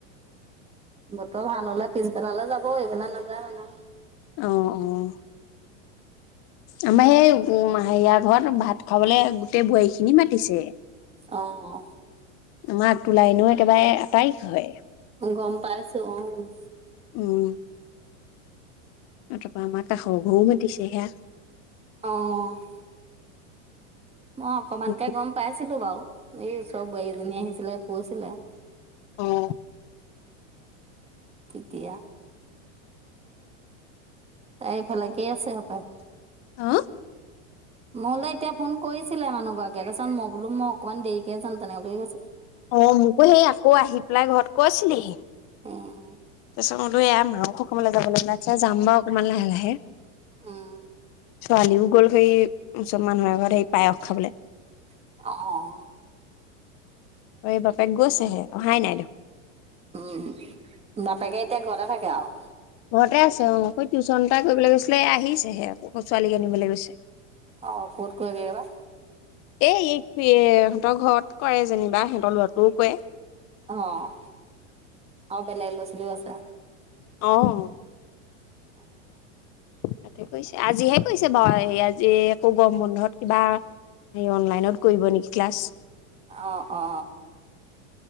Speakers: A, on the right (about 15°); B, on the left (about 40°).
A: বতৰ ভাল হ'লে পিছবেলালৈ যাব এই বেলা নাযায় মানে।
B: অ', অ'। আমাৰ সেই উম, মাহেয়া ঘৰত ভাত খাবলৈ গোটেই বোৱাৰী খিনি মাতিছে।
A: অ'হ
B: তোমাক টোলাই নো একেবাৰে আটাইক হয়।
A: অ', গম পাই আছো অ'।
B: উম। তাৰপিছত আমাৰ কাষৰ ঘৰত মাতিছে সেয়া
A: অ'। মই অকমানকে
B: অ
A: গম পাইছিলো বাৰু এই ওচৰৰ বোৱাৰীজনী আহিছিলে। গৈছিলে।
B: অ'।
A: তেতিয়া এইফালে কেই আছে সপায়
B: অহ?
A: মই বোলে এতিয়া ফোন কৰিছিলে মানুহগৰাকীয়ে তাৰপিছত মই বোলো মই অকনমান দেৰিকে যাম তেনেক কৈ
B: অ', মোকো সি আকৌ আহি পেলাই ঘৰত কৈছিলেহি।
A: উম
B: তাৰপিছত মলো এয়া মাংসো খাবলৈ যাব লাগে আচ্ছা যাম বাৰু অকমান লাহে লাহে।
A: উম।
B: ছোৱালীও গ'ল সেই চব মানুহৰ ঘৰত সেই পায়স খাবলৈ।
A: অহ।
B: ঐ বাপেক গৈছেহে অহাই নাই দেখোন।
A: উম, বাপেকে এতিয়া ঘৰতে থাকে আৰু।
B: ঘৰতে আছে অ', টিউশ্যন এটা কৰিবলৈ গৈছিলে আহিছেহে ছোৱালীক আনিবলৈ গৈছে।
A: অ', ক'ত গৈ বা
B: এ এই তুৱে সিহঁতৰ ঘৰত কৰে যেনিবা সিহঁতৰ ল'ৰাটোও কৰে।
A: অ', অ', বেলেগ ল'ৰা ছালীও আছে।
B: অহ।
A: অ'।
B: তাতে কৈছে আজিহে কৈছে বাৰু এই আজি একো গৰম বন্ধত কিবা হে অনলাইনত কৰিব নেকি ক্লাছ।
A: অ অ অ।